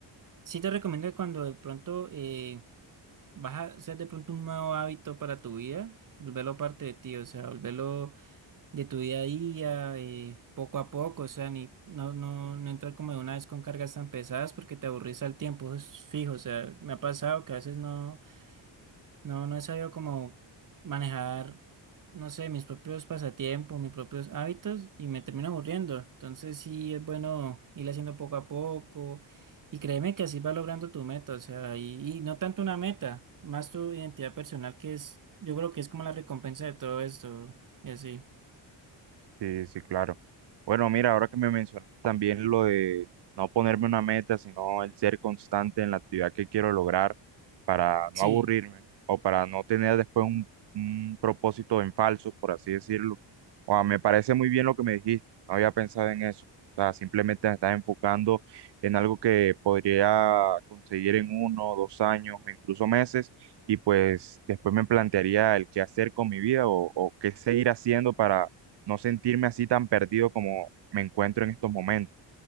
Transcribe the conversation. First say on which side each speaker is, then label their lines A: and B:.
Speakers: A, on the right; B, on the right.
A: sí te recomiendo que cuando de pronto eh, vas a hacer de pronto un nuevo hábito para tu vida, volverlo parte de ti, o sea, volverlo de tu día a día, eh, poco a poco, o sea, ni, no, no, no entrar como de una vez con cargas tan pesadas porque te aburrís al tiempo, eso es fijo, o sea, me ha pasado que a veces no, no, no he sabido como manejar, no sé, mis propios pasatiempos, mis propios hábitos y me termino aburriendo, entonces sí es bueno ir haciendo poco a poco y créeme que así vas logrando tu meta, o sea, y, y no tanto una meta, más tu identidad personal que es, yo creo que es como la recompensa de todo esto y así.
B: Sí, sí, claro. Bueno, mira, ahora que me mencionaste también lo de no ponerme una meta, sino el ser constante en la actividad que quiero lograr para no
A: Sí.
B: aburrirme o para no tener después un, un propósito en falso, por así decirlo. O sea, me parece muy bien lo que me dijiste, no había pensado en eso. O sea, simplemente me estás enfocando en algo que podría conseguir en uno, dos años o incluso meses y pues después me plantearía el qué hacer con mi vida o o qué seguir haciendo para no sentirme así tan perdido como me encuentro en estos momentos.